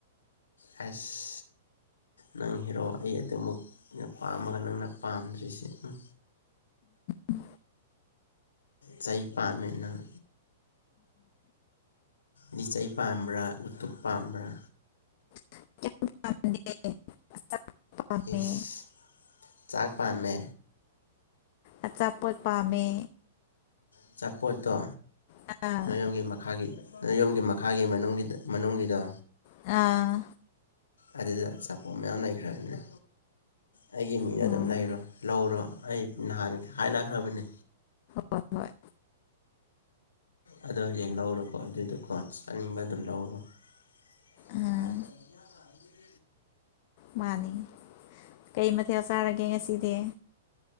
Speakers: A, on the left; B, on the left.
A: ꯍꯁ ꯅꯪ ꯍꯦꯔꯣ ꯑꯩ ꯑꯗꯨꯃꯨꯛꯇꯅ ꯄꯥꯝꯃꯒ ꯅꯪꯅ ꯄꯥꯝꯗ꯭ꯔꯤꯁꯤ ꯎꯝ
B: ꯎꯝ
A: ꯆꯩ ꯄꯥꯝꯃꯦ ꯅꯪ ꯂꯤꯆꯩ ꯄꯥꯝꯕ꯭ꯔ ꯎꯇꯨꯞ ꯄꯥꯝꯕ꯭ꯔ
B: <unintelligible> ꯄꯥꯝꯃꯦ
A: ꯏꯁ ꯆꯥꯛ ꯄꯥꯝꯃꯦ
B: ꯑꯆꯥꯄꯣꯠ ꯄꯥꯝꯃꯦ
A: ꯑꯆꯥꯄꯣꯠꯇꯣ
B: ꯑꯥ
A: ꯅꯣꯏꯌꯨꯝꯒꯤ ꯃꯈꯥꯒꯤ ꯅꯣꯏ ꯌꯨꯝꯒꯤ ꯃꯈꯥꯒꯤ ꯃꯅꯨꯡꯒꯤ ꯃꯅꯨꯡꯒꯤꯗꯣ
B: ꯑꯥ
A: ꯑꯗꯨꯗ ꯑꯆꯄꯣꯠ ꯃꯌꯥꯝ ꯂꯩꯈ꯭ꯔꯕꯅꯦ ꯑꯩꯒꯤ ꯃꯤꯡꯗ
B: ꯎꯝ
A: ꯑꯗꯨꯝ ꯂꯩꯔꯣ ꯂꯧꯔꯣ ꯑꯩ ꯅꯍꯥꯟ ꯍꯥꯏꯅꯈ꯭ꯔꯕꯅꯤ
B: ꯍꯣꯏ ꯍꯣꯏ
A: ꯑꯗꯣ ꯍꯌꯦꯡ ꯂꯧꯔꯣꯀꯣ ꯑꯗꯨꯗꯨꯀꯣ ꯆꯥꯅꯤꯡꯕ ꯑꯗꯨꯝ ꯂꯧꯔꯣ <unintelligible>
B: ꯑꯥ ꯃꯥꯅꯤ ꯀꯩ ꯃꯊꯦꯜ ꯆꯥꯔꯒꯦ ꯉꯁꯤꯗꯤ